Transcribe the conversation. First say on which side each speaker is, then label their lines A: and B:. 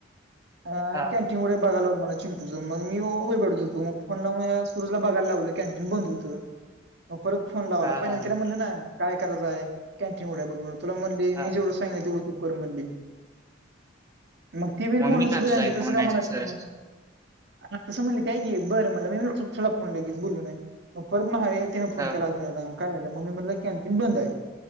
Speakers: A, on the right; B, on the right.
A: अ
B: हा
A: तेम मुळेे बघायला मला चिंटूच मग मी वय पडत होतो, मग फोन लाऊन सुरजला बघायला लावलं कॅन्टीन बंद होतं. मग परत फोन लावाला.
B: हा
A: पहिलंदा म्हणलं ना काय करायचंय कॅन्टीन उघड बघ म्हणून तुला म्ह ते
B: हा
A: मी जवढं सांगल तेवढं तु कर म्हणली. मग ती बी
B: मम्मी
A: बोलणं
B: का
A: चुकीच
B: तुझं
A: हाय,
B: ऐकून
A: तसं
B: म्हणायचं
A: काय म्हणाच तीन
B: सर
A: मग. हा तसं म्हटले त्या एकि बरं म्हटल मी थुला फोन लगेच बोलू नाय. मग परत मघार येत तेन फोन
B: हा
A: केला अजून एकदा काय राहल. म मी म्हटल कँटीन बंद हाय.